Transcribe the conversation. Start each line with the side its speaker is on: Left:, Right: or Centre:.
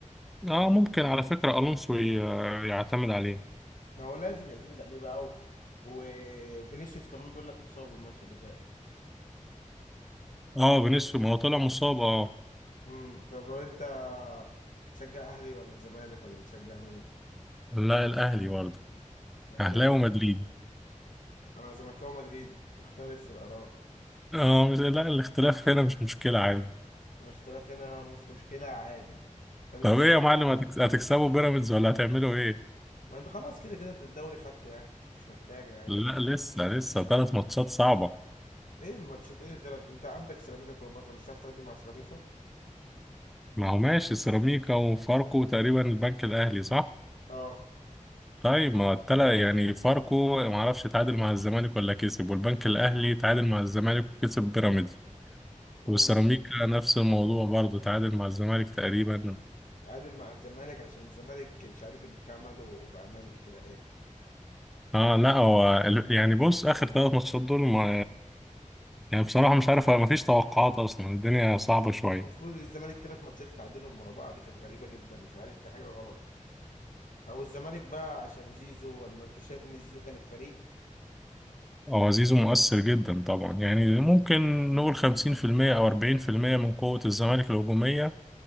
Centre: اه ممكن على فكرة الونسو ي- يعتمد عليه
Left: ما هو لازم يعتمد عليه بقى و... وفينيسيوس كمان بيقول لك اتصاب الماتش اللي فات
Centre: اه فينيسيوس ما هو طلع مصاب اه
Left: امم طب هو انت تشجع اهلي ولا زمالك ولا بتشجع مين
Centre: لا الاهلي برضه
Left: اهلاوي
Centre: اهلاوي ومدريد
Left: انا زملكاوي مدريدي نختلف في الاراء
Centre: اه مش- لا الاختلاف هنا مش مشكلة عادي
Left: الاختلاف هنا مش مشكلة عادي طب
Centre: طب
Left: انت
Centre: ايه
Left: ايه رأيك-
Centre: يا معلم هتكس- هتكسبوا بيراميدز ولا هتعملوا ايه
Left: ما انت خلاص كده كده انت الدوري خدته يعني مش محتاجة يعني
Centre: لا
Left: كلام
Centre: لسه لسه ثلاث ماتشات صعبة
Left: ايه الماتشات ايه التلات انت عندك سيراميكا كليوباترا مش هتعرف تقدم مع سيراميكا
Centre: ما هو ماشي سيراميكا وفاركو تقريبا البنك الاهلي صح
Left: اه
Centre: طيب ما التلا يعني فاركو ما اعرفش تعادل مع الزمالك ولا كسب والبنك الاهلي تعادل مع الزمالك وكسب بيراميدز والسيراميكا
Left: امم
Centre: نفس الموضوع برضه تعادل مع الزمالك تقريبا
Left: تعادل مع الزمالك عشان الزمالك مش عارف الدفاع ماله بقى ميت كده ليه
Centre: اه لا هو ال- يعني بص اخر ثلاث ماتشات دول ما يعني بصراحه مش عارف ما فيش توقعات اصلا الدنيا صعبه شويه
Left: المفروض الزمالك تلات ماتشات تعادلهم ورا بعض كانت غريبة جدا مش عارف في حاجة غلط او الزمالك بقى عشان زيزو ولا انت شايف ان زيزو كان الفريق
Centre: هو زيزو مؤثر جدا طبعا يعني ممكن نقول 50% او 40% من قوه الزمالك الهجوميه